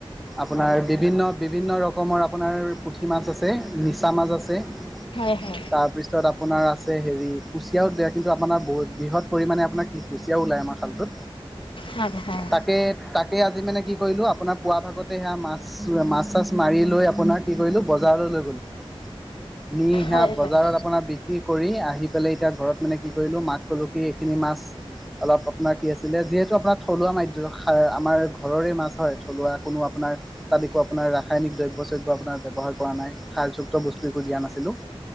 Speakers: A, in the centre; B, on the left.
A: আপোনাৰ বিভিন্ন বিভিন্ন ৰকমৰ আপোনাৰ পু পুঠি মাছ আছে, মিছা মাছ আছে-
B: হয় হয়।
A: তাৰপিছত আপোনাৰ আছে হেৰি কুচিয়াও দিয়ে কিন্তু আপোনাৰ ব বৃহৎ পৰিমাণে আপোনাৰ কি কুচিয়াও ওলায় আমাৰ খালটোত।
B: হয় হয়।
A: তাকে তাকে আজি মানে কি কৰিলোঁ আপোনাৰ পুৱা ভাগতে সেয়া মাছ। মাছ-চিছ মাৰি লৈ আপোনাৰ কি কৰিলো বজাৰলৈ লৈ গ'লো। নি সেয়া
B: হয়
A: বজাৰত
B: হয়
A: আপোনাৰ বি বিক্ৰী কৰি আহি পেলাই এতিয়া ঘৰত মানে কি কৰিলো মাক ক'লো কি এইখিনি মাছ অলপ আপোনাৰ কি আছিলে যিহেতু আপোনাৰ থলুৱা মাধ্য আমাৰ ঘৰৰে হয় থলুৱা কোনো আপোনাৰ তাত একো আপোনাৰ ৰাসায়নিক দ্ৰব্য-চ্ৰব্য আপোনাৰ ব্যৱহাৰ কৰা নাই, সাৰযুক্ত বস্তু একো দিয়া নাছিলো।